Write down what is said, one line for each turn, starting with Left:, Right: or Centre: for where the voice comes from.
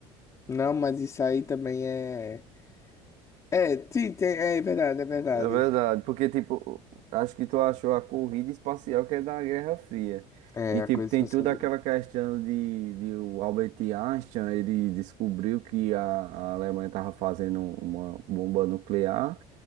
Left: Não, mas isso aí também é. É, sim, tem- é verdade, é verdade.
Right: É verdade, porque, tipo, acho que tu achou a corrida espacial que é da Guerra Fria.
Left: É,
Right: E, tipo,
Left: a coisa
Right: tem
Left: espacial.
Right: toda aquela questão de, de o Albert Einstein, ele descobriu que a, a Alemanha estava fazendo uma bomba nuclear.